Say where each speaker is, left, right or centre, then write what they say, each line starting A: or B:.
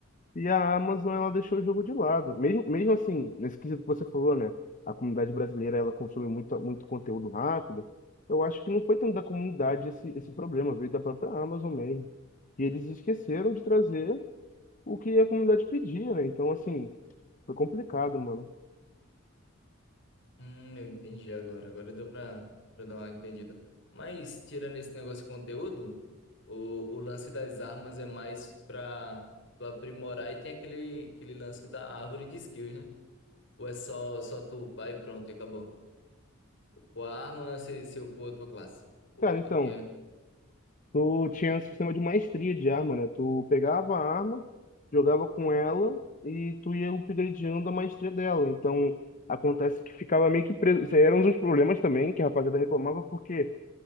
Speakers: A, on the left; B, on the left.
A: e a Amazon ela deixou o jogo de lado. Mesmo mesmo assim, nesse quesito que você falou, né, a comunidade brasileira ela consome muito muito conteúdo rápido. Eu acho que não foi tanto da comunidade esse, esse problema, veio da própria Amazon mesmo. E eles esqueceram de trazer o que a comunidade pedia, né? Então, assim, foi complicado, mano.
B: Hum, eu entendi agora. Agora deu pra, pra dar uma entendida. Mas, tirando esse negócio de conteúdo, o, o lance das armas é mais pra tu aprimorar e tem aquele, aquele lance da árvore de skills, né? Ou é só, só tu upar e pronto, e acabou. Upou a arma, você, você upou a tua classe. Ou,
A: Cara, então,
B: ou tem,
A: tu tinha um sistema de maestria de arma, né? Tu pegava a arma, jogava com ela e tu ia upgradeando a maestria dela. Então, acontece que ficava meio que preso. Isso aí era um dos problemas também que a rapaziada reclamava, porque